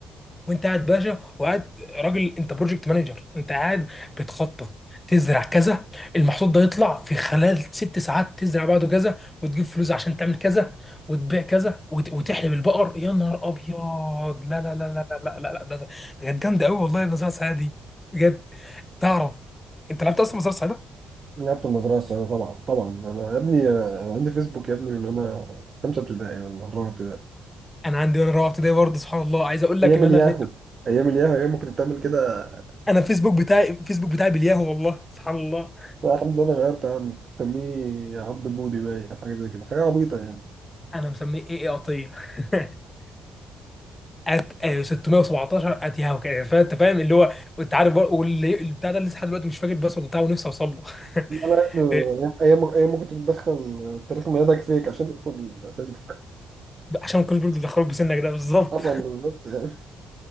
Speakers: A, on the left (about 15°); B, on the right (about 45°).
A: وانت قاعد باشا وقاعد راجل انت بروجكت مانجر انت قاعد بتخطط تزرع كذا المحصول ده يطلع في خلال ست ساعات تزرع بعده كذا وتجيب فلوس عشان تعمل كذا وتبيع كذا وت- وتحلب البقر يا نهار ابيض لا لا لا لا لا لا لا لا ده ده ده كانت جامده قوي والله النظاره السعيده دي بجد تعرف انت لعبت اصلا نظاره سعيده؟
B: لعبت المزرعه السعيده طبعا طبعا أنا يا ابني أنا عندي فيسبوك يا ابني من وانا في خمسه ابتدائي ولا رابعه ابتدائي
A: انا عندي وانا رابعه ابتدائي برضه سبحان الله عايز اقول لك
B: ايام
A: ان
B: الياهو
A: انا النت
B: ايام الياهو ايام ما كنت بتعمل كده
A: انا الفيسبوك بتاعي الفيسبوك بتاعي بالياهو والله سبحان الله
B: آه، الحمد لله انا غيرت يا عم كنت بسميه عبد بودي باين أو حاجه زي كده حاجه عبيطه يعني
A: انا مسميه ايه ايه قطيه <laughs> ات آه، 617 اتيهاو كده فانت فاهم اللي هو انت عارف بقى واللي البتاع ده لسه لحد دلوقتي مش فاكر الباسورد بتاعه ونفسي اوصل له <laughs>
B: لا لا،
A: إيه،
B: ايام ايام ما كنت بتدخل تاريخ ميلادك فيك عشان تدخل فيسبوك
A: عشان كل برضه دخلوك بسنك ده بالظبط
B: <laughs> طبعا بالظبط يعني